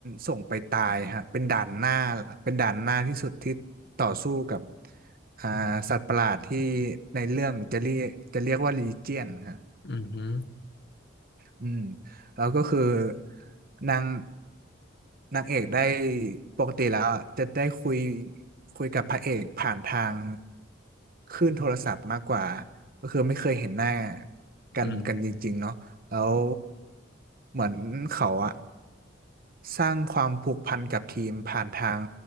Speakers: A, on the right (about 50°); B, on the left (about 60°).
A: ส่งไปตายฮะเป็นด่านหน้าเป็นด่านหน้าที่สุดที่ต่อสู้กับอ่าสัตว์ประหลาดที่ในเรื่องจะเรียกจะเรียกว่าลีเจียนฮะ
B: อืม
A: อืมแล้วก็คือนางนางเอกได้ปกติแล้วอะจะได้คุยคุยกับพระเอกผ่านทางคลื่นโทรศัพท์มากกว่าก็คือไม่เคยเห็นหน้ากันกันจริงๆเนาะแล้ว
B: อืม
A: เหมือนเขาอะ สร้างความผูกพันกับทีมผ่านทาง